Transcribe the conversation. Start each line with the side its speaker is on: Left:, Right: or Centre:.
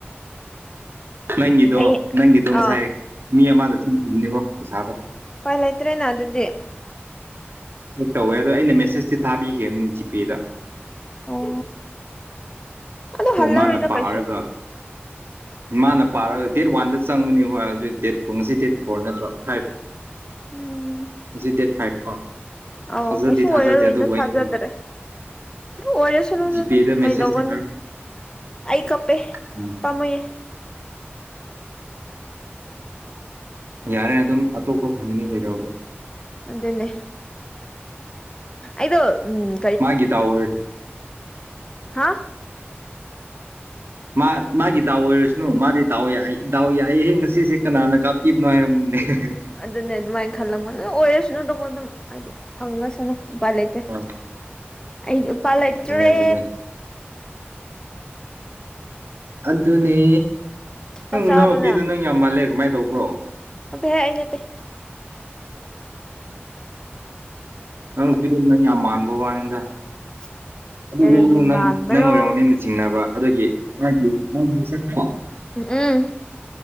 Right: ꯅꯪꯒꯤꯗꯣ
Left: ꯑꯩ
Right: ꯅꯪꯒꯤꯗꯣ ꯉꯁꯥꯏ
Left: ꯑꯥ
Right: ꯃꯤ ꯑꯃꯗ ꯊꯟꯈꯤꯕꯅꯤꯀꯣ ꯄꯩꯁꯥꯗꯣ
Left: ꯄꯥꯏ ꯂꯩꯇ꯭ꯔꯦꯅ ꯑꯗꯨꯗꯤ
Right: ꯇꯧꯋꯦ ꯑꯗ ꯑꯩꯅ ꯃꯦꯁꯦꯁꯇꯤ ꯊꯥꯕꯤꯈꯤꯈꯤꯕꯅꯤ ꯖꯤꯄꯦꯗ
Left: ꯑꯣ ꯑꯗꯣ ꯍꯜꯔꯣꯣꯏꯗ
Right: ꯃꯥꯅ ꯄꯥꯔꯒ
Left: ꯀꯩꯁꯨ
Right: ꯃꯥꯅ ꯄꯥꯔꯒ ꯗꯦꯠ ꯋꯥꯟꯗ ꯆꯪꯕꯅꯤ ꯍꯣꯏ ꯑꯗꯨ ꯗꯦꯠ ꯐꯣꯔ ꯉꯁꯤ ꯗꯦꯠ ꯐꯣꯔ ꯅꯠꯇ꯭ꯔꯣ ꯐꯥꯏꯚ
Left: ꯎꯝ
Right: ꯍꯧꯖꯤꯛ ꯗꯦꯠ ꯐꯥꯏꯚ ꯀꯣ
Left: ꯑꯧ
Right: ꯊꯥꯖꯗꯤ
Left: ꯀꯩꯁꯨ ꯑꯣꯏꯔꯔꯣꯏꯗ
Right: ꯊꯥꯖꯗꯦ ꯑꯗꯨꯕꯨ ꯑꯩꯅ
Left: ꯊꯥꯖꯗ꯭ꯔꯦ ꯑꯣꯏꯔꯁꯨꯔꯗ
Right: ꯖꯤꯄꯦꯗ
Left: ꯑꯗꯨ
Right: ꯃꯦꯁꯦꯁꯇ
Left: ꯀꯣꯏ ꯗꯧꯕꯅꯤ ꯑꯩ ꯀꯞꯄꯦ
Right: ꯎꯝ
Left: ꯄꯃꯨꯌꯦꯦ
Right: ꯌꯥꯔꯦ ꯑꯗꯨꯝ ꯑꯇꯣꯞꯄ ꯐꯪꯒꯅꯤ ꯀꯩꯗꯧꯔꯒꯦ
Left: ꯑꯗꯨꯗꯅꯦ ꯑꯗꯣ ꯎꯝ
Right: ꯃꯥꯒꯤ ꯇ ꯑꯋꯥ
Left: ꯍꯥꯥ
Right: ꯃꯥ ꯃꯥꯒꯤ ꯗꯥꯎ ꯑꯣꯏꯔꯁꯅꯨ ꯃꯥꯗꯤ ꯗꯥꯎ ꯌꯥꯏ ꯗꯥꯎ ꯌꯥꯏꯍꯦ ꯉꯁꯤꯁꯦ ꯀꯅꯥꯅ ꯀꯥꯞꯄꯤꯕꯅꯣ ꯍꯥꯏꯔꯝꯅꯤꯅꯣ <unintelligible>
Left: ꯑꯗꯨꯅꯦ ꯑꯗꯨꯃꯥꯏꯅ ꯈꯜꯂꯝꯒ ꯅꯣꯏ ꯑꯣꯏꯔꯁꯅꯨ ꯑꯗꯨꯝ ꯑꯗꯨꯝ ꯍꯥꯏꯗꯤ ꯐꯪꯉꯁꯅꯨ ꯎꯄꯥ ꯂꯩ ꯂꯩꯇ꯭ꯔꯦ
Right: ꯍꯣꯏ
Left: ꯑꯩ ꯎꯄꯥ ꯂꯩ ꯂꯩꯇꯨꯔꯦ
Right: ꯑꯗꯨꯅꯦ ꯑꯗꯨꯅꯦ ꯑꯗꯨꯅꯦ ꯅꯪ
Left: ꯆꯥꯛ ꯆꯥꯔꯕꯣ
Right: ꯏꯅꯥꯎꯅꯨꯄꯤꯗꯨ ꯅꯪ ꯌꯥꯝ ꯃꯥꯜꯂꯦ ꯀꯃꯥꯏꯅ ꯇꯧꯕ꯭ꯔꯣ
Left: ꯑꯗꯨꯗ ꯍꯏꯉꯠꯇ
Right: ꯅꯪ ꯐꯤꯝ ꯅꯪ ꯌꯥꯝ ꯃꯥꯟꯕꯕ ꯋꯥꯅꯤ
Left: <unintelligible>
Right: ꯑꯗꯨꯒꯤ ꯑꯩꯗꯣ ꯅꯪ
Left: ꯃꯥꯟꯕ꯭ꯔꯣ
Right: ꯅꯪ ꯑꯣꯏꯔꯝꯃꯅꯤꯅ ꯆꯤꯡꯅꯕ ꯑꯗꯨꯒꯤ ꯃꯥꯒꯤ ꯃꯥꯒꯤ ꯃꯁꯛꯣ
Left: ꯎꯝ